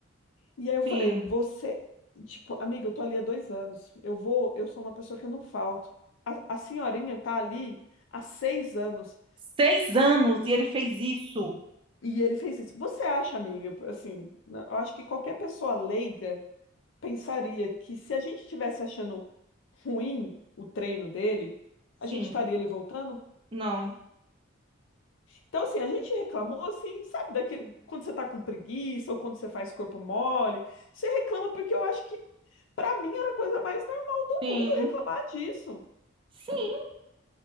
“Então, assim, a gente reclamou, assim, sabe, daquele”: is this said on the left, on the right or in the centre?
Left